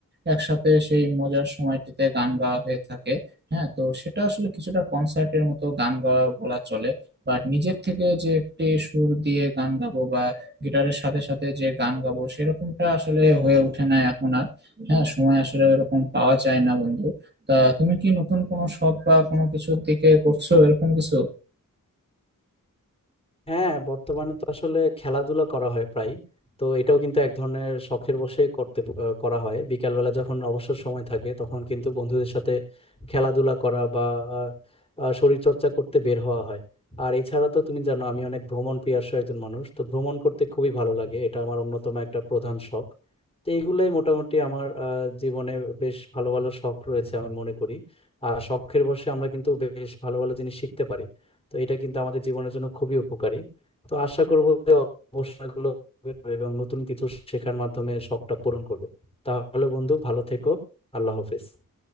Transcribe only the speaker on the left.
হ্যাঁ বর্তমানে তো আসলে খেলাধুলা করা হয় প্রায় তো এটাও কিন্তু এক ধরনের শখের বশে করতে আহ, করা হয় বিকালবেলা যখন অবসর সময় থাকে তখন কিন্তু বন্ধুদের সাথে খেলাধুলা করা বা আহ, শরীর চর্চা করতে বের হওয়া হয় আর এছাড়া তো তুমি জানো আমি অনেক ভ্রমণ প্রিয়াস্য একজন মানুষ তো ভ্রমণ করতে খুবই ভালো লাগে এটা আমার অন্যতম একটা প্রধান শখ তো এইগুলোই মোটামুটি আমার আহ, জীবনে বেশ ভালো ভালো শখ রয়েছে আমি মনে করি আর শখের বশে আমরা কিন্তু বেশ ভালো ভালো জিনিস শিখতে পারি তো এটা কিন্তু আমাদের জীবনের জন্য খুবই উপকারী তো আশা করবো যে অবসরগুলো এবং নতুন কিছু শেখার মাধ্যমে শখটা পূরণ করবে তাহলে বন্ধু ভালো থেকো আল্লাহ হাফেজ